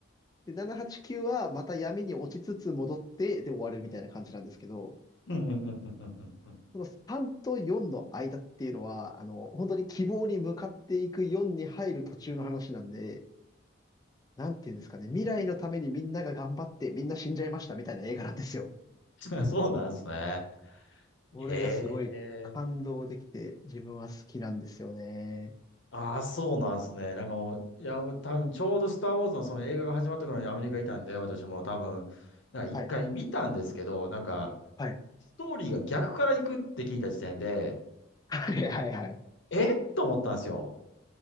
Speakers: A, on the left (about 20°); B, on the left (about 60°).
A: で、7、8、9は、また闇に落ちつつ戻って、で終わるみたいな感じなんですけど、
B: い。うんうんうんうんうんうんうん。
A: その3と4の間っていうのは、あの、本当に希望に向かっていく4に入る途中の話なんで、なんていうんですかね、未来のためにみんなが頑張ってみんな死んじゃいましたみたいな映画なんですよ。
B: <laughs> そうなんですね。
A: これがすごい感動できて自分は好きなんですよね。
B: ええああ、そうなんですね。なんかもう、いや、もう多分ちょうどスター・ウォーズのその映画が始まった頃にアメリカいたんで、私も多分、なんか一回見たんですけど、
A: はい、
B: なんか、
A: はい、
B: ストーリーが逆から行くって聞いた時点で、
A: はい、はい、はい。い
B: えっと思ったんですよ。